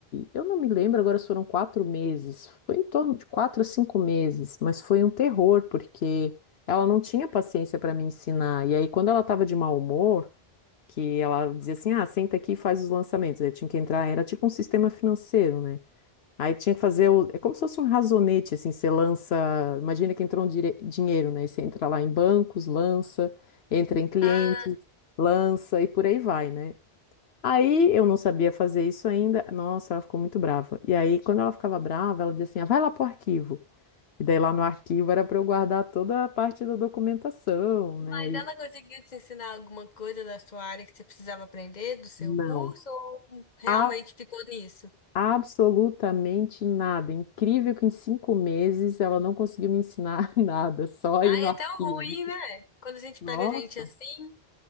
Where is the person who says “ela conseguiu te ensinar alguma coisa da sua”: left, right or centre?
Left